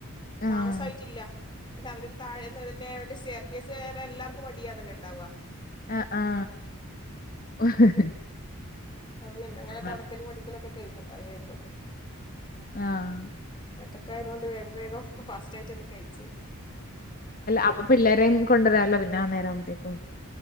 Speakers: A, on the left; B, on the left.
A: ആഹ്.
B: താമസായിട്ടില്ല എല്ലാവരും. താഴ്ന്നന്നെണ്ട് ഷെയർ കേസ് എല്ലാവർക്കും മടിയാനല്ലെ ഉണ്ടാക
A: ആ ആ ആഹ്
B: അ പിന്നെങ്ങനെ തെടക്കൽ
A: ആഹ്.
B: അടിക്കലൊക്കെ കയിഞ്ഞ അവര് വരുമ്പോൾത്തേക്ക്.
A: ആഹ
B: ഒറ്റക്കായതുകൊണ്ട് വേഗം വേഗം ഫാസ്റ്റ് ആയിട്ട് എല്ലാം കഴിച്ച
A: അപ്പൊ പിള്ളേരെയും കൊണ്ടുവരാമല്ലോ പിന്നെ അന്ന നേരംവുമ്പഴത്തേക്കും.